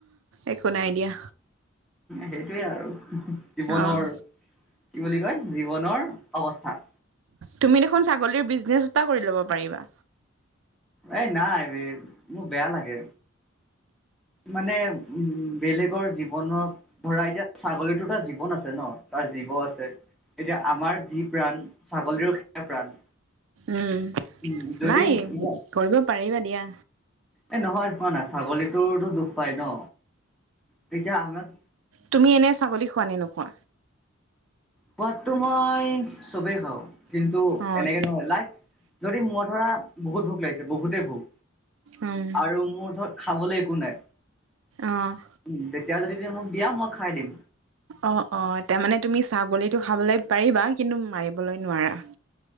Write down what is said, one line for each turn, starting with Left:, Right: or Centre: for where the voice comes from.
Right: একো নাই দিয়া।
Centre: সেইটোৱে আৰু জীৱনৰ
Right: অ'।
Centre: কি বুলি কয়? জীৱনৰ অৱস্থা।
Right: তুমি দেখোন ছাগলীৰ বিজনেচ এটা কৰি ল'ব পাৰিবা।
Centre: এই নাই বে মোৰ বেয়া লাগে। মানে উ বেলেগৰ জীৱনৰ ধৰা, এতিয়া ছাগলীটো তাৰ জীৱন আছে ন? তাৰ জীৱো আছে। এতিয়া আমাৰ যি প্ৰাণ ছাগলীৰো সেয়াই প্ৰাণ।
Right: উম,
Centre: উম যদি
Right: নাই
Centre: এ
Right: কৰিব পাৰিবা দিয়া।
Centre: এই নহয় খোৱা না, ছাগলীটোৰ টো দুখ পায় ন? তেতিয়া আমৰ
Right: তুমি এনে ছাগলী খোৱা নে নোখোৱা?
Centre: খোৱাতটো মই চবেই খাওঁ। কিন্তু,
Right: অ',
Centre: এনেকে নহয় লাইক যদি মই ধৰা বহুত ভোক লাগিছে বহুতেই ভোক
Right: উম,
Centre: আৰু মোৰ ওচৰত খাবলৈ একো নাই,
Right: অ'।
Centre: উম তেতিয়া যদি তুমি মোক দিয়া মই খাই দিম।
Right: অ অ তাৰমানে তুমি ছাগলীটো খাবলৈ পাৰিবা কিন্তু মাৰিবলৈ নোৱাৰা।